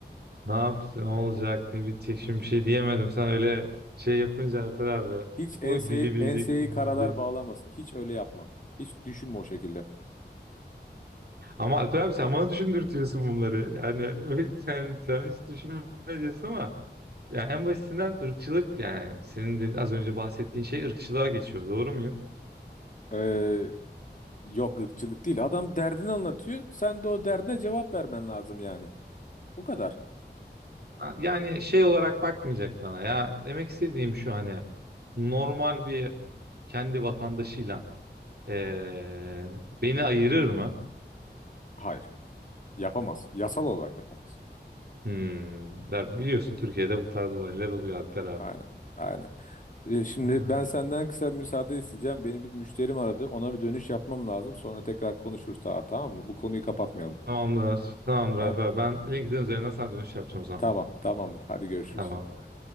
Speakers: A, on the right (about 65°); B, on the left (about 45°).
A: Ne yaptın? olacak? Ne bitecek? Şimdi bir şey diyemedim. Sen öyle şey yapınca Alper abi.
B: Hiç
A: O
B: enseyi,
A: dili bileceksin
B: enseyi karalar
A: bunu bileceksin.
B: bağlamasın. Hiç öyle yapma. Hiç düşünme o şekilde.
A: Ama Alper abi sen bana düşündürtüyorsun bunları. Yani <laughs> sen, sen hiç düşünmeyeceksin ama yani en basitinden ırkçılık yani senin de az önce bahsettiğin şey ırkçılığa geçiyor. Doğru muyum?
B: Ee, yok ırkçılık değil. Adam derdini anlatıyor. Sen de o derdine cevap vermen lazım yani. Bu kadar.
A: Yani şey olarak bakmayacak bana ya. Demek istediğim şu hani normal bir kendi vatandaşıyla eee,
B: Hı hı.
A: beni ayırır mı?
B: Hayır. Yapamaz. Yasal olarak yapamaz.
A: Hmm. Ya
B: Hı.
A: biliyorsun Türkiye'de bu tarz olaylar oluyor Alper abi.
B: Aynen. Aynen. Ee, şimdi
A: Ha.
B: ben senden kısa bir müsaade isteyeceğim. Beni bir müşterim aradı. Ona bir dönüş yapmam lazım. Sonra tekrar konuşuruz daha tamam mı? Bu konuyu kapatmayalım.
A: Tamamdır. Tamamdır
B: Tamam.
A: Alper abi. Ben LinkedIn üzerinden sana dönüş yapacağım o zaman.
B: Tamam. Tamamdır. Hadi görüşürüz.
A: Tamamdır.